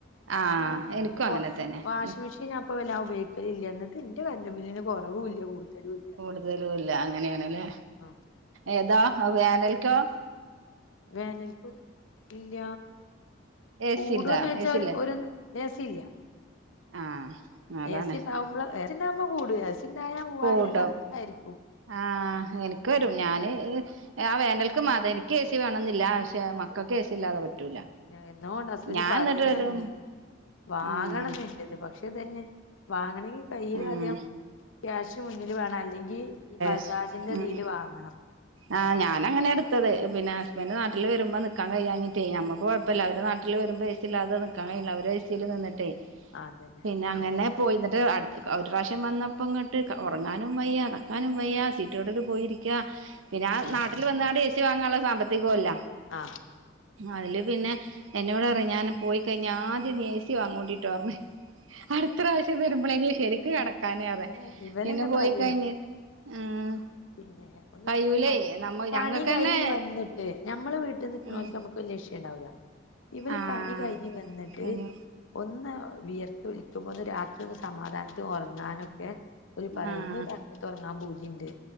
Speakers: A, on the right; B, on the left.
A: ആഹ്
B: പിന്നെ
A: എനിക്കും
B: പൊ
A: അങ്ങനെ തന്നെ
B: വാഷിം മെഷീൻ പിന്നെ അപ്പല്ല ആ ഉപയോഗിക്കലില്ല എന്നിട്ട് എന്റെ കര്ണ്ടുംബില്ലിന് കൊറവുല്ല കൂട്തലുല്ല
A: കൂടുതലുംല്ല അങ്ങനെയണ്ല്ലേ
B: ആ
A: ഏതാ ഹവേനൽക്കോ
B: വേനൽപ്പു ഇല്ല
A: എ
B: കൂടുന്നോയ്ച്ചാ
A: സി ഇണ്ടാ എ സി
B: ഒരു
A: ഇല്ലേ
B: ഒരു ഏസീ ല്ല
A: ആഹ് അതാണ്
B: ഏസി ഇണ്ടാവുമ്പോ ഏസി ഉണ്ടാവുമ്പോ കൂടു, ഏസിണ്ടായാൽ മൂവായിരം
A: കൂടും
B: കണക്കായിരിക്കും.
A: ആഹ് എനിക്ക് വരും. ഞാന് ആ വേനൽക്ക് മാത എനിക്ക് ഏസി വേണംന്നില്ല പക്ഷെ മക്കൾക്ക് ഏസില്ലാതെ പറ്റൂല.
B: ഞാൻ എന്നൊണ്ട് ഹസ്ബന്റ്
A: ഞാൻ
B: പറയുന്നുണ്ട്
A: എന്നിട്ട് ഒരു ഉം
B: വാങ്ങണംന്ന് പക്ഷെ ഇതന്നെ വാങ്ങണെങ്കിൽ കയ്യിലാധ്യം
A: ഉം
B: ക്യാഷ് മുന്നിൽ വേണം അല്ലെങ്കി ഈ ബജാജിന്റെതിയിൽ
A: ഉം
B: വാങ്ങണം.
A: ആഹ് ഞാനങ്ങനെ എടുത്തത് പിന്നെ ഹസ്ബന്റ് നാട്ടിൽ വരുമ്പോ നിക് ക്കാൻ കഴിയാഞ്ഞിട്ടേ അമ്മക്ക് കുഴപ്പില്ല അവര് നാട്ടിൽ വരുമ്പ ഏസില്ലാതെ നി ക്കാൻ
B: ആഹ്
A: കഴില്ല അവര് ഏസിൽ നിന്നിട്ടേ
B: അതന്നെ
A: പിന്നെ അങ്ങനെ പോയി. എന്നിട്ട് അട്തെ ക ഒര് പ്രാവശ്യം വന്നപ്പോ ഇങ്ങട്ട് ക ഒറങ്ങാനും വയ്യ നടക്കാനും വയ്യ സിറ്റ് റ്റൊട്ടില് പോയിരിക്ക പിന്ന ആ
B: ആഹ്
A: നാട്ടില് വന്നാണ്ട് ഏ സി വാങ്ങാള്ള സാമ്പത്തികോല്ല.
B: ആ
A: അയ്ല് പിന്ന എന്നോട് പറയും ഞാന് പോയി കഴിഞ്ഞ ആദ്യം നി ഏ സി വാങ്ങോടി ട്ടോ പറഞ്ഞ്. അട്ത്ത പ്രാവശ്യം വര്മ്പളെങ്കി ശരിക്ക്‌ കടക്കാന് പറ്ഞ്ഞ്
B: ഇതാ ഇവരന്നെ
A: പിന്നെ പോയ്
B: പറയും
A: കയ്ഞ്ഞെട്ട് ഉം
B: പിന്നെ ഒന്ന്
A: കയ്യൂലേ
B: പണ്
A: നമ്മ
B: പണി
A: ഞങ്ങൾക്ക്
B: കയ്ഞ്ഞ്
A: തന്നെ
B: വന്ന്ട്ട് ഞമ്മള് വീട്ടി നിക്ക്‌ണൊൽക്ക്‌
A: ഉം
B: നമ്മക്ക് വല്യ വിശേണ്ടാവില്ല ഇവൽ
A: ആഹ്
B: പണി കയ്ഞ്ഞ് വന്നട്ട്
A: പിന്നെ
B: ഒന്ന് വിയർ ത്തൊലിക്കുമ്പോ ഒന്ന് രാത്രി ഒന്ന് സമാധാനത്തി ഒറങ്ങാനൊക്കെ ഒ ാര് പറയും
A: ആഹ്
B: ഒന്ന് രാ ത് ഒറങ്ങാം പൂതിണ്ട്